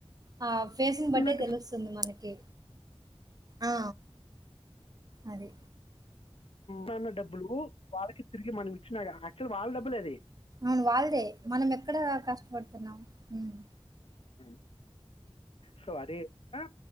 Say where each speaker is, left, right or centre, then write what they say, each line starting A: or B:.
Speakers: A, on the right; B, on the left.
A: ఆ ఫేస్ని
B: ఎక్కున్నట్టు
A: బట్టే తెలుస్తుంది మనకి ఆ అది
B: మన్న డబ్బులు వాళ్ళకి తిరిగి మనం ఇచ్చినా యాక్చువల్ వాళ్ళ డబ్బులేవి
A: ఔన్ వాల్దే మనం ఎక్కడా కష్టపడ్తున్నం హమ్
B: ఉ స్వారి అ